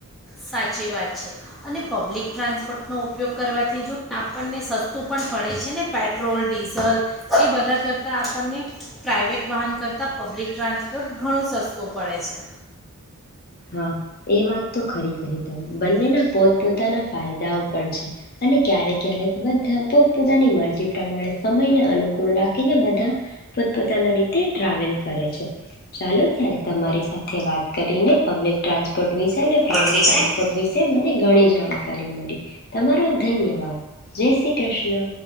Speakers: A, in the centre; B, on the left.
A: સાચી વાત છે અને પબ્લિક ટ્રાન્સપોર્ટનો ઉપયોગ કરવાથી જો આપણને સસ્તું પણ પડે છે ને પેટ્રોલ ડીઝલ એ બધા કરતાં આપણને પ્રાઇવેટ વાહન કરતાં પબ્લિક ટ્રાન્સપોર્ટ ઘણું સસ્તું પડે છે.
B: હા એ વાત તો ખરી કહી તમે બંનેના પોતપોતાના ફાયદાઓ પણ છે અને ક્યારેક ક્યારેક બધા પોતપોતાની મરજી પ્રમાણે સમયને અનુકૂળ રાખીને બધા પોતપોતાના રીતે ટ્રાવેલ કરે છે ચાલો ત્યારે તમારી સાથે વાત કરીને. પબ્લિક ટ્રન્સપર્ટ વિશે ને પ્રાઇવેટ
A: પૃથ્વી
B: ટ્રાન્સપોર્ટ
A: સેન
B: વિશે મને ગણી જ જાણકારી મળ તમારો ધન્યવાદ જય શ્રી કૃષ્ણ.